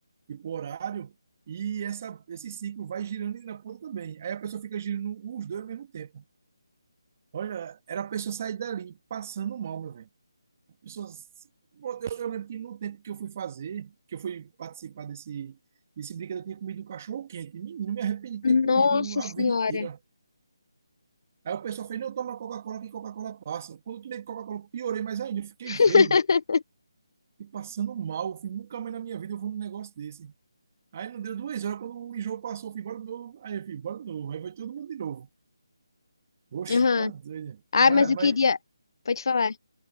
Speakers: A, on the right; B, on the left.
A: tipo horário e essa, esse ciclo vai girando e na ponta também. Aí a pessoa fica girando os dois ao mesmo tempo. Olha, era a pessoa sair dali passando mal, meu velho. A pessoa- Eu, eu lembro que no tempo que eu fui fazer, que eu fui participar desse, desse brinquedo, eu tinha comido um cachorro quente. Menino, me arrependi de
B: Nossa
A: ter comido a
B: Senhora.
A: vida inteira. Aí o pessoal fez, não, toma Coca-Cola que Coca-Cola passa. Quando eu tomei Coca-Cola, piorei mais ainda, eu fiquei
B: <laughs>
A: verde. E passando mal, eu fui, nunca mais na minha vida eu vou num negócio desse. Aí não deu duas horas, quando o enjoo passou, eu fui embora de novo. Aí eu fui embora de novo. Aí foi todo mundo de novo. Oxe,
B: Aham.
A: tá doido.
B: Ah,
A: né?
B: mas
A: É,
B: eu
A: mas,
B: queria. Pode falar.